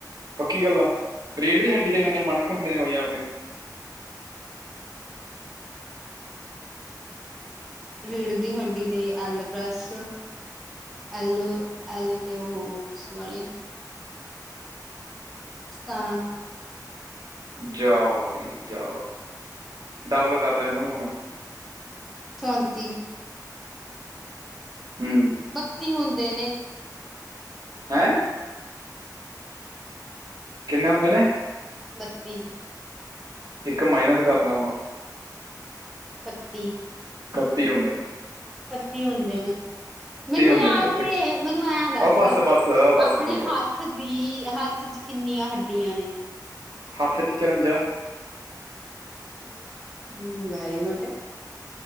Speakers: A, on the right; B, in the centre.
A: ਪੱਕੀ ਗਾੱਲ ਆ, ਰੀੜ ਦੀ
B: ਪੱਕੀ
A: ਹੱਡੀ ਦੇ
B: ਗੱਲ
A: ਕਿੰਨੇ ਮਨ ਕੇ ਹੁੰਦੇ ਨੇ ਬਾਈ ਆਪਣੇ?
B: ਰੀੜ ਦੀ ਹੱਡੀ ਦੇ ਐਲਪ੍ਰੈਸ ਐਲ-ਐਲ ਤੇ <unintelligible> ਵਾਲੇ ਸਤਾਰਾਂ
A: ਜਾ ਨੀ ਜਾ, ਡਬਲ ਕਾਰ ਲੈ ਐਨਾ ਨੂ ਹੁਣ
B: ਚੋਂਤੀ।
A: ਹੂੰ।
B: ਬੱਤੀ ਹੁੰਦੇ ਨੇ
A: ਹੈਂ ਕਿੰਨੇ ਹੁੰਦੇ ਨੇ?
B: ਬੱਤੀ
A: ਇੱਕ ਮਾਈਨਸ ਕਾਰ ਲੈ ਹੁਣ-
B: ਇਕੱਤੀ
A: ਇਕੱਤੀ ਹੁੰਦੇ ਨੇ।
B: ਇੱਕਤੀ ਹੁੰਦੇ ਨੇ, ਮੈਨੂੰ
A: ਹੁੰਦੇ
B: ਯਾਦ
A: ਨੇ ਵੈਸੇ
B: ਨੀ ਮੈਨੂੰ ਐਂ ਦੱਸ
A: ਉਹ ਬਸ ਬਸ ਬਸ
B: ਆਪਣੇ
A: ਕੋਈ ਗੱਲ
B: ਹੱਥ
A: ਨੀ।
B: ਦੀ ਹੱਥ ਚ ਕਿੰਨੀਆਂ ਹੱਡੀਆਂ ਨੇ?
A: ਹੱਥ ਚ ਚਿਰੰਜਾ।
B: ਹੂੰ, ਵੈਰੀ ਗੁਡ।